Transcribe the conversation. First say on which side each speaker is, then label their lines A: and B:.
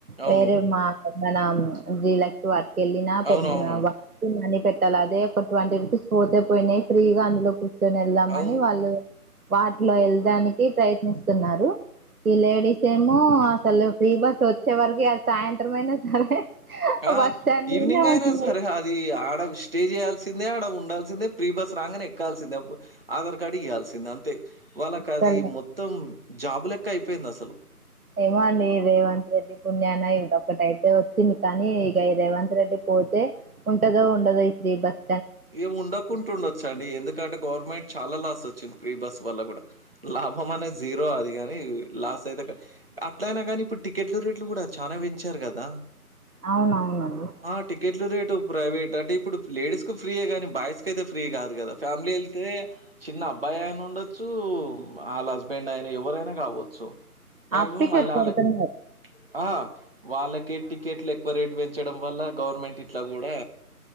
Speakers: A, on the right; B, on the right.
A: అవును
B: వేరే మా మన డీలక్స్ వాటికి వెళ్ళిన
A: అవును అవును
B: మనీ పే అదే ఒక ట్వంటీ రూపీస్ పోతే పోయినాయి ఫ్రీగా అందులో కూర్చొని వెళ్దామని
A: అవును
B: వాళ్ళు వా లో వెళ్డానికి ప్రయత్నిస్తున్నారు ఈ లేడీస్ ఏమో అసలు ఫ్రీ బస్ వచ్చే వరకి అది సాయంత్రం అయినా సరే
A: ఆ
B: బస్ స్టాండ్
A: ఈవినింగ్
B: లోనే
A: అయినా
B: ఉంటున్నారు
A: సరే అది ఆడవి స్టే చేయాల్సిందే ఆడ ఉండాల్సి సిందే ప్రీ బస్ రాంగానే ఎక్కాల్సిందే ఆధార్ కార్డు ఇయ్యాల్సిందే అంతే వాళ్ళకి
B: అసలు
A: అది మొత్తం జాబు లెక్క అయిపోయింది అసలు
B: ఏమో అండి రేవంత్ రెడ్డి పుణ్యాన ఇది ఒకటి అయితే వచ్చింది కానీ ఇగా ఈ రేవంత్ రెడ్డి పోతే ఉంటదో ఉండదో ఈ ఫ్రీబస్
A: ఇగా ఉండకుండా ఉండొచ్చా అండి ఎందుకంటే గవర్నమెంట్ చాలా లాస్ వచ్చింది ఫ్రీ బస్ వల్ల కూడా లాభం అనేది జీరో అదిగాన్ లాస్ అయితే అట్ల అయినా కానీ ఇప్పుడు టికెట్లు రేట్లు కూడా చానా పెంచారు కదా
B: అవునవునండి
A: ఆ టికెట్లు రేటు ప్రైవేట్ అంటే ఇప్పుడు లేడీస్ ఫ్రీ యే గాని బాయ్స్ కి అయితే ఫ్రీ కాదు కదా ఫ్యామిలీ వెళ్తే చిన్న అబ్బాయి అయినా ఉండొచ్చు వాళ్ళ హస్బెండ్ అయినా ఎవరైనా కావచ్చు మాక్సిమం
B: హాఫ్ టికెట్
A: మళ్ళ
B: పెడుతున్నారు
A: వాళ్లకి ఆ వాళ్లక్ టికెట్లు ఎక్కువ రేట్ పెంచడం వల్ల గవర్నమెంట్ ఇట్లా కూడా